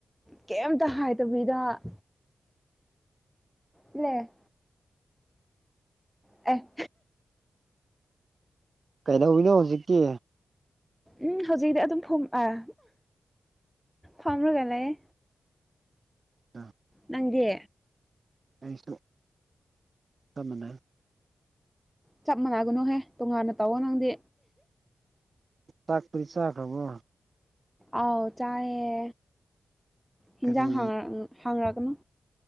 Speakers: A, in the centre; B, on the right.
A: ꯀꯩꯝꯇ ꯍꯥꯏꯗꯕꯤꯗ꯫ ꯂꯦ ꯑꯦ꯫
B: ꯀꯩꯩꯗꯧꯔꯤꯅꯣ ꯍꯧꯖꯤꯛꯀꯤ꯫
A: ꯎꯝ ꯍꯧꯖꯤꯛꯗꯤ ꯑꯗꯨꯝ ꯐꯝ ꯑꯥ ꯐꯝꯔꯒ ꯂꯩꯌꯦ꯫
B: <unintelligible>
A: ꯅꯪꯗꯤ꯫
B: ꯑꯩꯁꯨ ꯆꯞ ꯃꯅꯩꯌꯦ꯫
A: ꯆꯞ ꯃꯥꯟꯅꯒꯅꯨꯍꯦ ꯇꯣꯉꯥꯟꯅ ꯇꯧꯋꯣ ꯅꯪꯗꯤ꯫
B: ꯆꯥꯛꯇꯨꯗꯤ ꯆꯥꯛꯈꯔꯕꯣ꯫
A: ꯑꯥꯎ ꯆꯥꯏꯌꯦ ꯍꯤꯟꯖꯥꯡ
B: ꯀꯔꯤ
A: ꯍꯪꯉꯛꯒꯅꯨ꯫